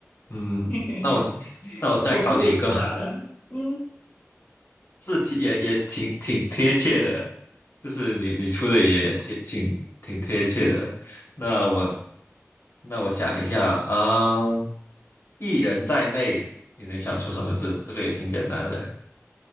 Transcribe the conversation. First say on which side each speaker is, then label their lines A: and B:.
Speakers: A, on the left; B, on the left.
A: 嗯，
B: <laughs>，
A: 那我 <laughs> 那我再考你一个。
B: 我不会复杂的。嗯，
A: 这期也也挺挺贴切的，就是你你出的也贴挺挺贴切的。那我那我想一下啊，一人在内，你能想出什么字？这个也挺简单的，